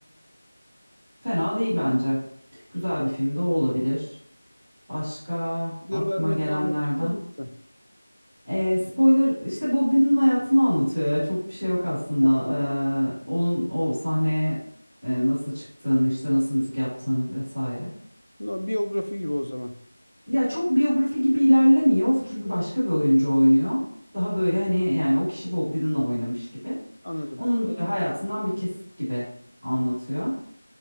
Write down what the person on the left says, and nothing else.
Spoiler
vermeden
anlatabilir misin?
Ha, tamam.
No, biyografi gibi o zaman.
Anladım.